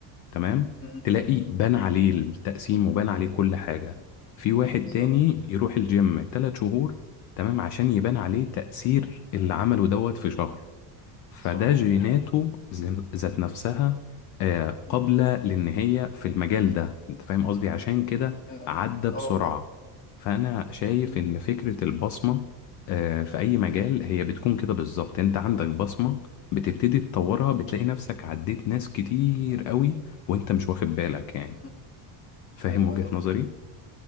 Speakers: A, on the left; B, on the left.
A: تمام
B: مم.
A: تلاقي بان عليه التقسيم وبان عليه كل حاجة في واحد
B: بالظبط
A: تاني يروح الجيم تلات شهور تمام عشان يبان عليه تأثير اللي عمله دوت في شهر فده
B: صح
A: جيناته
B: دي حقيقة
A: ذ- ذات نفسها آه،
B: مم.
A: قابلة لأن هي في المجال ده أنت فاهم قصدي عشان كده
B: تمام
A: عدى بسرعة
B: اه فاهم
A: فأنا شايف
B: مم.
A: إن فكرة البصمة آه، في أي مجال
B: مم.
A: هي بتكون كده بالظبط أنت عندك بصمة بتبتدي تطورها بتلاقي نفسك عديت ناس كتير قوي وأنت مش واخد بالك يعني
B: مم.
A: فاهم
B: ايوه
A: وجهة
B: ايوه فاهم
A: نظري؟